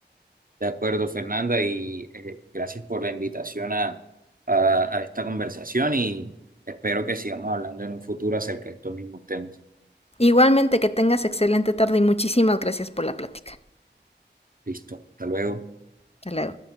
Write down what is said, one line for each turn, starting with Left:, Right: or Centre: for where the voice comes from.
Right: de acuerdo, Fernanda, y eh, gracias por la invitación a, a- a esta conversación y espero que sigamos hablando en un futuro acerca de estos mismos temas.
Left: Igualmente que tengas excelente tarde y muchísimas gracias por la plática.
Right: Listo, hasta luego.
Left: Hasta luego.